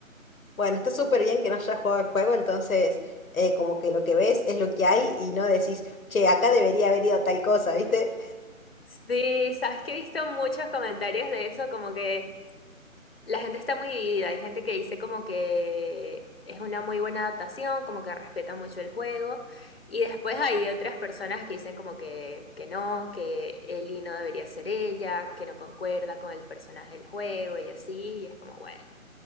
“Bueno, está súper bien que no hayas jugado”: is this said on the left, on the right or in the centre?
Left